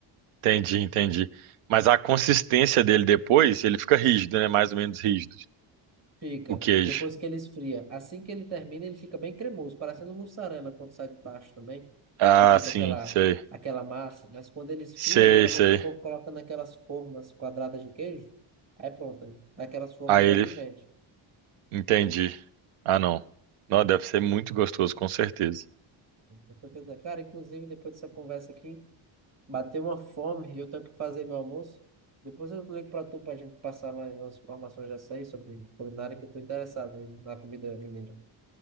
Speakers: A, on the right; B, on the right.
A: entendi, entendi. Mas a consistência dele depois, ele fica rígido, né? Mais ou menos rígido,
B: Fica.
A: o queijo.
B: Depois que ele esfria. Assim que ele termina, ele fica bem cremoso, parecendo mussarela quando sai do tacho também,
A: Ah,
B: que fica
A: sim,
B: aquela
A: sei.
B: aquela massa. Mas quando ele esfria,
A: Sei,
B: geralmente
A: sei.
B: o povo coloca naquelas formas quadradas de queijo. Aí pronto, aí daquelas formas
A: Aí ele.
B: ali vende.
A: Entendi. Ah, não. Não, deve ser muito gostoso, com certeza.
B: Então, quer dizer, Cara, inclusive depois dessa conversa aqui, bateu uma fome e eu tenho que fazer meu almoço. Depois eu ligo para tu para a gente passar mais umas informações dessa aí sobre culinária que eu tô interessado aí na comida mineira.